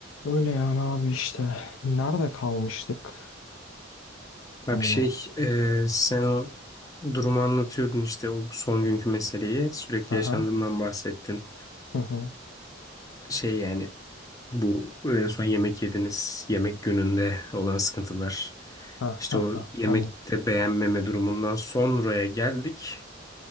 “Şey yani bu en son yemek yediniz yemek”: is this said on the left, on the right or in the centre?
Left